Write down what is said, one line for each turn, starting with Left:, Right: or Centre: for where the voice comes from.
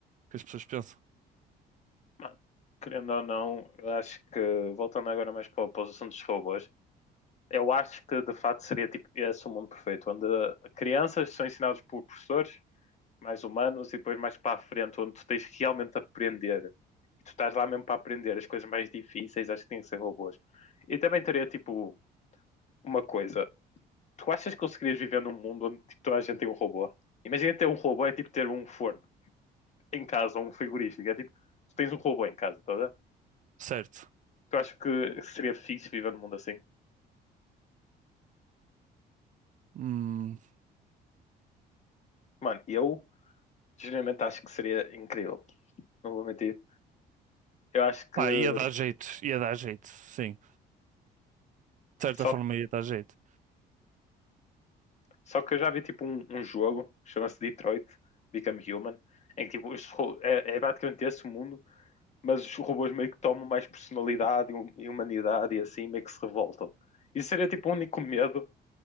Right: que as pessoas pensam.
Left: Mas, querendo ou não, eu acho que, voltando agora mais para a posição dos robôs, eu acho que de facto seria tipo esse o mundo perfeito, onde crianças são ensinadas por professores mais humanos e depois mais para a frente, onde tu tens que realmente aprender. E tu estás lá mesmo para aprender as coisas mais difíceis, acho que tem que ser robôs. E também teria tipo uma coisa, Tu achas que conseguirias viver num mundo onde tipo, toda a gente tem um robô? Imagina ter um robô é tipo ter um forno em casa ou um frigorífico. É tipo, tu tens um robô em casa, toda.
Right: Certo.
Left: Tu achas que seria fixe viver num mundo assim?
Right: Hum,
Left: Mano, eu genuinamente acho que seria incrível. Não vou mentir. Eu acho que.
Right: pá,
Left: Uhum.
Right: ia dar jeito. Ia dar jeito, sim. De certa
Left: Só,
Right: forma, ia dar jeito.
Left: só que eu já vi tipo um, um jogo, chama-se Detroit Become Human, em que tipo, os ro- é, é praticamente esse o mundo, mas os robôs meio que tomam mais personalidade e hum- e humanidade e assim meio que se revoltam. Isso seria tipo o único medo